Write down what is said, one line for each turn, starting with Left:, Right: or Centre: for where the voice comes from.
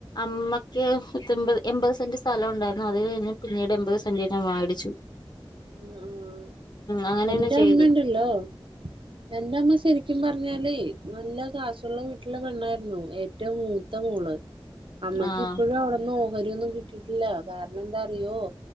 Left: അമ്മക്ക് പത്തെൺപത് എൺപത് സെന്റ് സ്ഥലം ഉണ്ടായ്ര്ന്നു അതിൽ നിന്ന് പിന്നീട് എമ്പത് സെന്റെന്നെ വാടിച്ചു
Right: ആഹ് ആഹ്
Left: അങ്ങനെ
Right: എന്റെ
Left: തന്നെ ചെയ്തു
Right: അമ്മെണ്ടല്ലോ എന്റെ അമ്മ ശെരിക്കും പർഞ്ഞല് നല്ല കാശുള്ള വീട്ട്ലെ പെണ്ണായ്ര്ന്നു ഏറ്റവും മൂത്ത മോള് അമ്മക്ക്
Left: ആഹ്
Right: ഇപ്പഴും അവ്ടെന്ന് ഓഹരി ഒന്നും കിട്ടിയിട്ടില്ല കാരണം എന്താ അറിയോ